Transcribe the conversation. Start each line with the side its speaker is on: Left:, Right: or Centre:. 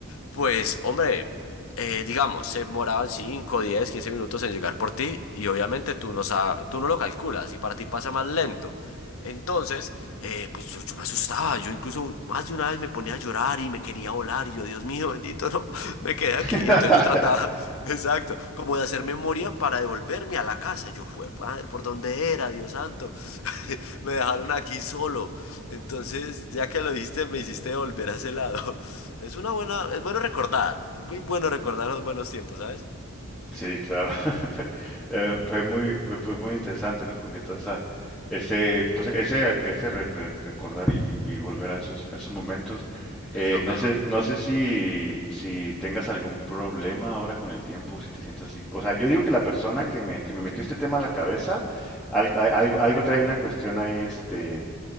Left: pues, hombre, eh, digamos, se demoraban 5 10 15 minutos en llegar por ti y obviamente tú no, sa- tú no lo calculas y para ti pasa más lento. Entonces, eh, pues yo, yo me asustaba, yo incluso más de una vez me ponía a llorar y me quería volar y yo, Dios mío, bendito, no, <laughs> me quedé
Centre: <laughs>
Left: aquí. Entonces yo trataba, <laughs> exacto, como de hacer memoria para devolverme a la casa. Yo, "Jue- madre, ¿por dónde era, Dios santo? <laughs> Me dejaron aquí solo. Entonces, ya que lo dijiste, me hiciste volver a ese lado. Es una buena, es bueno recordar, es muy bueno recordar los buenos tiempos, ¿sabes?
Centre: Sí, claro. <laughs> Fue, eh, fue muy, fue, fue muy interesante, ¿no? Como que toda esa, ese, pues ese, ese re- re- recordar y, y- y volver a esos, a esos momentos. Eh,
Left: Es lo
Centre: no
Left: mejor.
Centre: sé, no sé si, si tengas algún problema ahora con el tiempo, si te sientes así. O sea, yo digo que la persona que me, que me metió este tema a la cabeza, algo, algo, algo trae una cuestión ahí, este